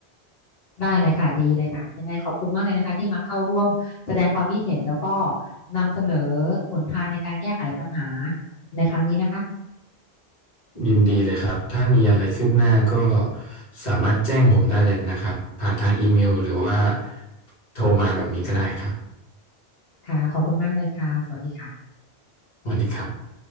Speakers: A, on the left; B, on the left.
A: ได้เลยค่ะดีเลยค่ะยังไงขอบคุณมากเลยนะคะที่มาเข้าร่วมแสดงความคิดเห็นแล้วก็นำเสนอหนทางในการแก้ไขปัญหาในครั้งนี้นะคะ
B: ยินดีเลยครับ ถ้ามีอะไรคืบหน้าก็สามารถแจ้งผมได้เลยนะครับ ผ่านทางอีเมลหรือว่าโทรมาแบบนี้ก็ได้ครับ
A: ค่ะขอบคุณมากเลยค่ะสวัสดีค่ะ
B: สวัสดีครับ